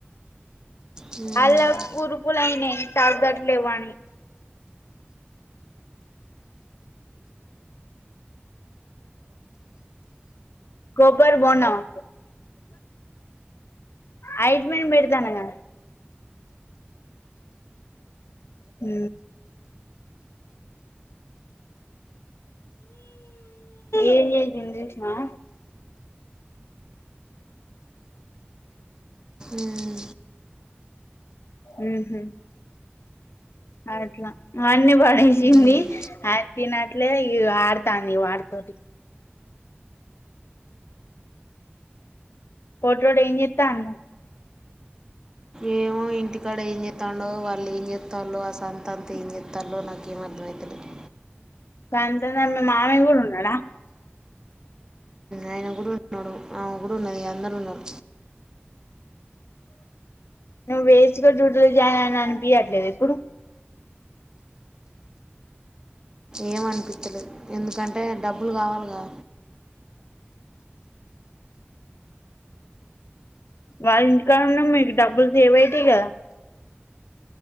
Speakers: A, on the right; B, on the left.
A: మ్,
B: అలా కురుపులు అయినాయి తగ్గట్లేదు అని కొబ్బెర బోండామా ఆయింట్మెంట్ పెడతాన కదా హ ఏం చేసింది చూసినవా
A: మ్,
B: ఉహ అట్లా అన్ని పడేసింది
A: మ్.
B: అది తినట్లేదు ఆడతాంది వాటితోటి పొట్టోడు ఏం చేత్తాండు
A: ఏమో ఇంటికాడ ఏం చేతన్డో వాళ్ళు ఏం చెస్తాలో ఆ సంత అంత ఏం చెతాలో నాక ఏం అర్థమైత లేదు
B: సాయంత్రం దాకా మీ మామయ్య కూడా ఉండు డా
A: ఆయన కూడా ఉన్నాడు ఆమె కూడా ఉన్నది అందరూ ఉన్నారు
B: నువ్వు వేస్ట్ గా డ్యూటీ జాయిన్ అనిపియ్యట్లేదా ఇప్పుడు
A: ఏం అనిపిత్తలేదు ఎందుకంటే డబ్బులు కావాలిగా
B: వాళ్ ఇంటికాడ ఉన్న మీకు డబ్బులు సేవ్ అయితే కదా